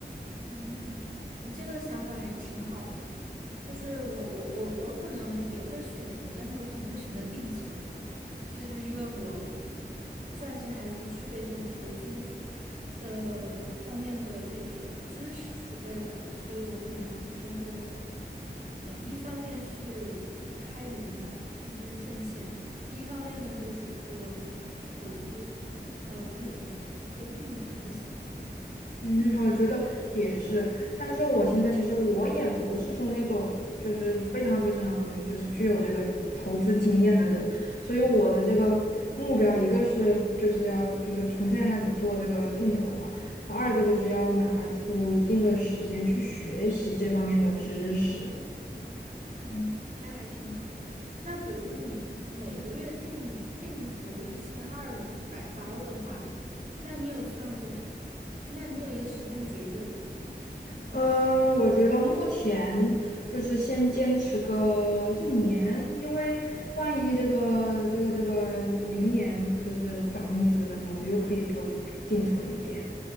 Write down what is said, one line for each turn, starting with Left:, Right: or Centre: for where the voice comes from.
Right: 嗯，你这个想法还挺好的。就是我我我我可能也会选择，但是我可能会选择定存，就是因为我暂时还不具备这种投资的方面的这种知识储备吧，所以我可能还是会，嗯，一方面是开源嘛，就是挣钱，一方面呢就是做投资。呃，不是投资，做定存的项目。
Left: 嗯，我觉得也是。但是我现在其实我也不是说那种就是非常非常就是具有这个投资经验的人，所以我的这个目标，一个是就是要就是从现在开始做这个定投嘛，二个就是要拿出一定的时间去学习这方面的知识。
Right: 嗯，那还挺好的。那比如说你每个月定定投一千二百刀的话，那你有算过？那你有一个时间节点吗？
Left: 呃，我觉得目前就是先坚持个一年，因为万一这个这个这个明年就是涨工资了呢，我就又可以多定存一点。